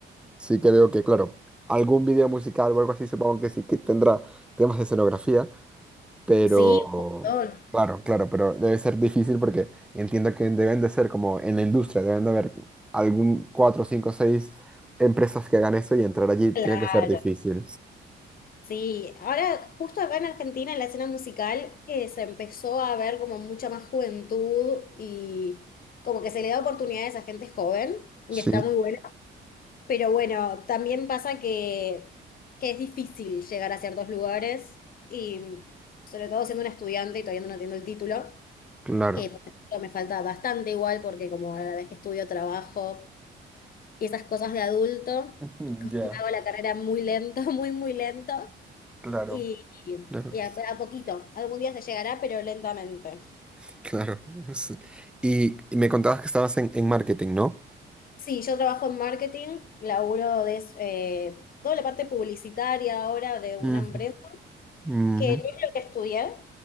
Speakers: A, in the centre; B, on the left.
A: Sí que veo que, claro, algún video musical o algo así supongo que sí que tendrá temas de escenografía, pero
B: Sí, un montón.
A: claro, claro, pero debe ser difícil porque entiendo que deben de ser como en la industria, deben de haber algún cuatro, cinco, seis empresas que hagan eso y entrar allí tiene
B: Claro,
A: que ser difícil.
B: sí. Ahora, justo acá en Argentina, en la escena musical, eh, se empezó a ver como mucha más juventud y como que se le da oportunidades a gente joven y
A: Sí,
B: está muy bueno. Pero bueno, también pasa que, que es difícil llegar a ciertos lugares y sobre todo siendo una estudiante y todavía no tengo el título,
A: claro,
B: que por ejemplo, me falta bastante igual porque como a la vez que estudio trabajo. y esas cosas de adulto,
A: <laughs>
B: como
A: Ya,
B: me hago la carrera muy lento, <laughs> muy, muy lento,
A: claro.
B: y, y-
A: claro,
B: y a, a poquito, algún día se llegará, pero lentamente.
A: <laughs> claro. Sí. Y, y me contabas que estabas en, en marketing, ¿no?
B: Sí, yo trabajo en marketing, laburo de eh, toda la parte publicitaria ahora de una
A: Ujú,
B: empresa,
A: ujú,
B: que no es lo que estudié,